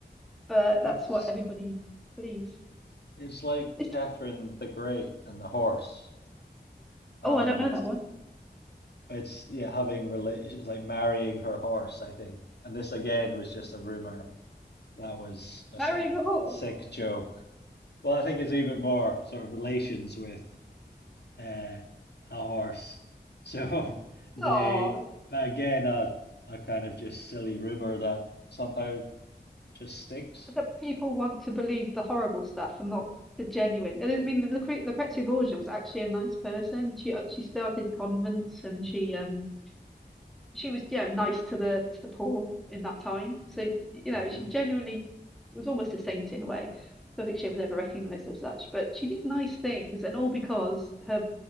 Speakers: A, in the centre; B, on the left.
A: But
B: That's
A: that's what everybody believes.
B: it's like
A: It's,
B: Catherine the Great and the horse. And
A: oh, I don't know that one.
B: it's yeah, having rela It's like marrying her horse, I think. And this again was just a rumor that was a
A: Marrying
B: sort of
A: a horse.
B: sick joke. Well, I think it's even more sort of relations with uh, a horse. So <laughs> they,
A: Oh,
B: but again, a a kind of just silly rumor that somehow just sticks.
A: so people want to believe the horrible stuff and not the genuine. I mean, Lucre Lucrezia Borgia was actually a nice person. She uh, she started convents and she um she was, you know, nice to the to the poor in that time. So, you know,
B: Yeah.
A: she genuinely
B: you
A: was almost a saint in a way. I Don't think she was ever recognized as such, but she did nice things, and all because her